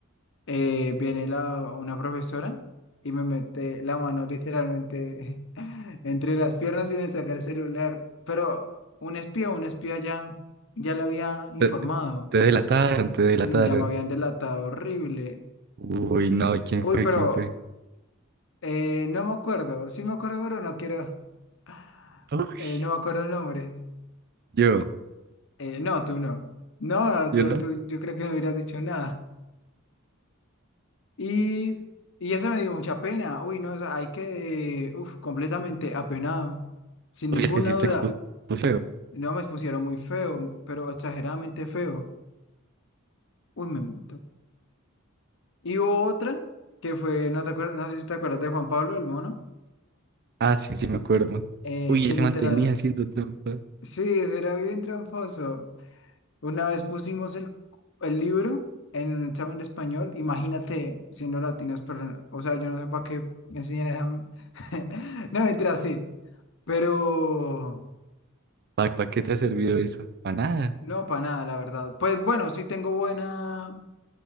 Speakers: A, on the left (about 60°); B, on the right (about 50°).
A: eh, viene la, una profesora y me mete la mano literalmente <laughs> entre las piernas y me saca el celular. Pero un espía, un espía ya, ya le había informado.
B: Te, te delataron, te delataron.
A: Sí, ya me habían delatado horrible.
B: Uy, no, ¿quién
A: Uy,
B: fue?
A: pero
B: ¿Quién fue?
A: eh, no me acuerdo. Sí me acuerdo, pero no quiero. <sighs>
B: Uy,
A: Eh, no me acuerdo el nombre.
B: yo,
A: Eh, no, tú no. No,
B: yo
A: tú,
B: no.
A: tú, yo creo que no hubieras dicho nada. Y, y eso me dio mucha pena. Uy, no, o sea, hay que, uf, completamente apenado. Sin
B: Uy,
A: ninguna
B: es que sí
A: duda.
B: te expuse feo.
A: No me expusieron muy feo, pero exageradamente feo. Uy, me mató. Y hubo otra que fue, no te acuerdas, no sé si te acuerdas de Juan Pablo, el mono,
B: Ah, sí, sí, me acuerdo.
A: eh,
B: Uy,
A: que
B: se
A: literal,
B: mantenía haciendo trampa.
A: sí, eso era bien tramposo. Una vez pusimos el, el libro en un examen de español, imagínate siendo latinos, pero, o sea, yo no sé para qué enseñan esa... <laughs> No, mentira, sí. Pero
B: ¿Para qué te ha servido eso? Para nada.
A: no, para nada, la verdad. Pues bueno, sí tengo buena